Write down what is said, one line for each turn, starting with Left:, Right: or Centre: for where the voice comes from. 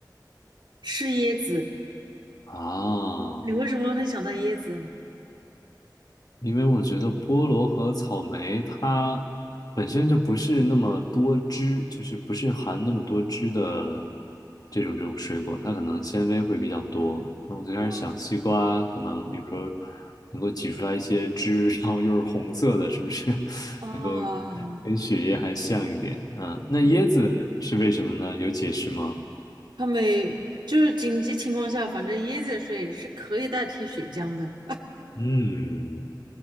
Right: 是椰子。
Left: 啊，
Right: 你为什么会想到椰子？
Left: 因为我觉得菠萝和草莓它本身就不是那么多汁，就是不是含那么多汁的这种这种水果，它可能纤维会比较多。那我最开始想西瓜可能，
Right: 哦
Left: 比如说能够挤出来一些汁，<laughs> 然后又是红色的，是不是 <laughs>
Right: 啊，
Left: 能够跟血液还像一点？嗯，那椰子是为什么呢？
Right: 嗯，
Left: 有解释吗？
Right: 他们就是紧急情况下，反正椰子水是可以代替血浆的。
Left: 嗯，